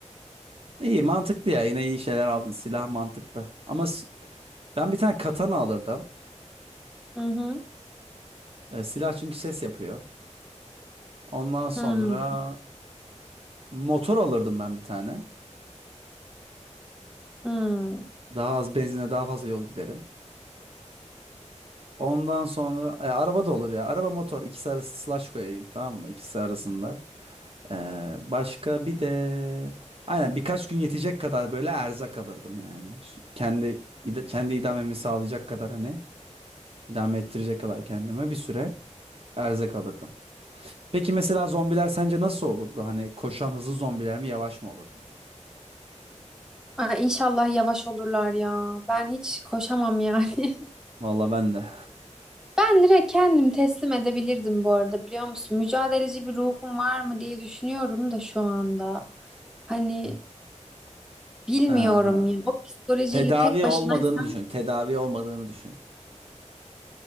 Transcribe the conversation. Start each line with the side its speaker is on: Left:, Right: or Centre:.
Right: İyi mantıklı ya. Yine iyi şeyler aldın. Silah mantıklı. Ama s- ben bir tane katana alırdım.
Centre: Hı hı.
Right: E, silah çünkü ses yapıyor. Ondan sonra
Centre: Hı
Right: motor alırdım ben bir tane.
Centre: hı.
Right: Daha az benzine daha fazla yol giderim. Ondan sonra e, araba da olur ya. Araba motor ikisi arası slash koyayım tamam mı? İkisi arasında. Ee, başka bir de aynen birkaç gün yetecek kadar böyle erzak alırdım yani. Ş- Kendi id- kendi idamemi sağlayacak kadar hani idame ettirecek kadar kendime bir süre erzak alırdım. Peki mesela zombiler sence nasıl olurdu? Hani koşan hızlı zombiler mi yavaş mı olurdu?
Centre: Ay inşallah yavaş olurlar ya. Ben hiç koşamam yani. <laughs>
Right: Vallahi ben de.
Centre: Ben direkt kendim teslim edebilirdim bu arada biliyor musun? Mücadeleci bir ruhum var mı diye düşünüyorum da şu anda. Hani bilmiyorum
Right: Aha.
Centre: ya. O psikolojiyle
Right: Tedavi
Centre: tek başınaysam
Right: olmadığını düşün. Tedavi olmadığını düşün.